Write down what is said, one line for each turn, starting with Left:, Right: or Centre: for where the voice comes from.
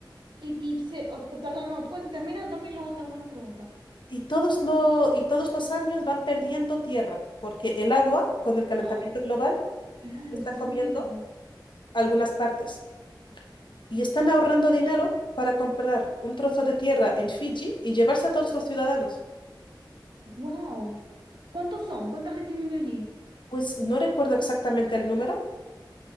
Right: Y, y se, oh, perdón, no, cuen- termina de contarme y luego te hago una pregunta.
Left: y todos, lo, y todos los años van perdiendo tierra porque el agua, con el calentamiento
Right: ¡Ah!
Left: global,
Right: Claro,
Left: está
Right: está
Left: comiendo
Right: subiendo.
Left: algunas partes. y están ahorrando dinero para comprar un trozo de tierra en Fiji y llevarse a todos los ciudadanos.
Right: ¡Wow! ¿Cuántos son? ¿Cuánta gente vive allí?
Left: Pues no recuerdo exactamente el número,